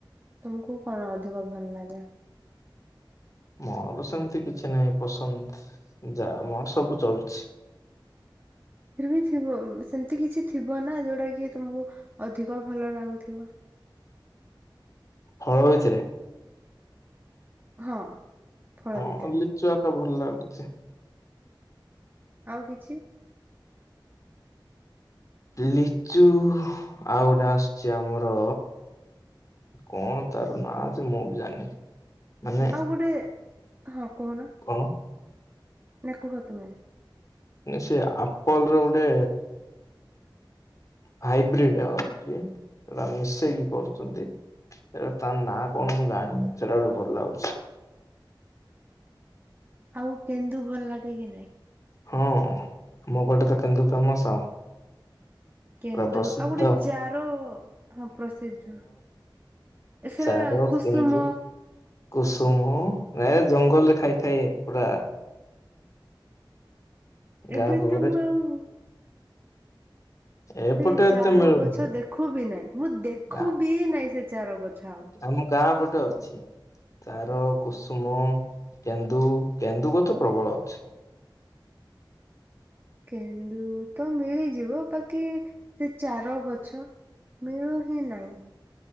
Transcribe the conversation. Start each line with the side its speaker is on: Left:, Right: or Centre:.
Right: ତମକୁ କଣ ଅଧିକ ଭଲ ଲାଗେ?
Left: ମୋର ସେମିତି କିଛି ନାହିଁ ପସନ୍ତ ଯା ମୋର ସବୁ ଚଳୁଛି।
Right: ଫିର୍ବି ଥିବ ସେମିତି କିଛି ଥିବ ନା ଯୋଉଟା କି ତମକୁ ଅଧିକ ଭଲ ଲାଗୁଥିବ। <inaudible>
Left: ଫଳ ଭିତରେ?
Right: ହଁ। ଫଳ
Left: ହଁ
Right: ଭିତରେ
Left: ଲିଚୁ ଆକା ଭଲ ଲାଗୁଚି।
Right: ଆଉ କିଛି?
Left: ଲିଚୁ ଆଉ ଗୋଟା ଆସୁଛି ଆମର କଣ ତାର ନାଁ ଯେ ମୁଁ ବି ଜାଣିନି। ମାନେ
Right: ଆଉ ଗୋଟେ ହଁ କହୁନ।
Left: କଣ
Right: ନାଇ କୁହ ତୁମେ।
Left: ସେ ଆପଲର ଗୋଟେ ହାଇବ୍ରିଡ ଅଛି ସେଟା ମିଶେଇକି କରୁଛନ୍ତି। ସେଟ ତାର ନାଁ କଣ ମୁଁ ଜାଣିନି ସେଟା ଗୋଟେ ଭଲ ଲାଗୁଛି।
Right: ଆଉ କେନ୍ଦୁ ଭଲ ଲାଗେ କି ନାଇଁ?
Left: ହଁ ଆମ ପଟେ ତ କେନ୍ଦୁ ଫେମସ ଆଉ।
Right: କେନ୍ଦୁ
Left: ପୁରା ପ୍ରସିଦ୍ଧ
Right: ଆଉ ଗୋଟେ ଚାର ହଁ ପ୍ରସିଦ୍ଧ। ସେଟା
Left: ଚାର
Right: କୁସୁମ
Left: କିନ୍ତୁ କୁସୁମ ନେ ଜଙ୍ଗଲରେ ଖାଇଥାଏ ପୁରା
Right: ଏବେ
Left: ଗାଁକୁ
Right: ତ
Left: ଗଲେ
Right: ମୁଁ ଆଉ
Left: ଏପଟେ
Right: ସେ ଚାର
Left: ଏତେ ମିଳୁନି
Right: ଗଛ ଦେଖୁ ବିି ନାାଇଁ ମୁଁ ଦେଖୁ
Left: ନା,
Right: ବିି ନାଇଁ ସେ ଚାର ଗଛ। ଆଉ।
Left: ଆମ ଗାଁ ପଟେ ଅଛି। ତାର କୁସୁମ କେନ୍ଦୁ କେନ୍ଦୁ ଗଛ ପ୍ରବଳ ଅଛି।
Right: କେନ୍ଦୁ ତ ମିଳିଯିବ ବାକି ସେ ଚାର ଗଛ ମିଳୁ ହିଁ ନାହିଁ।